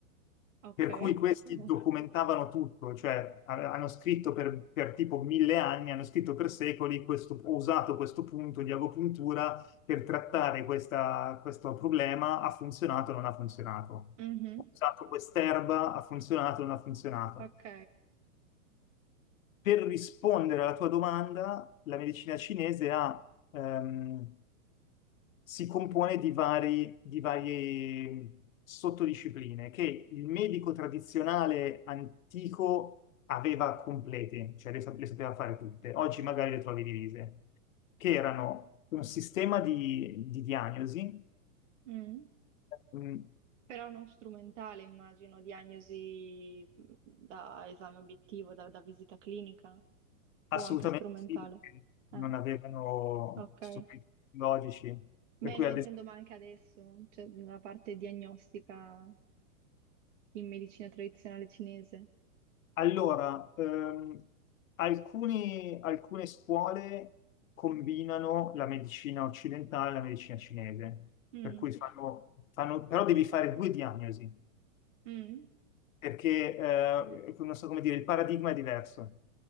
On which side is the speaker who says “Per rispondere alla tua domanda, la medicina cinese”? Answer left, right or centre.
Left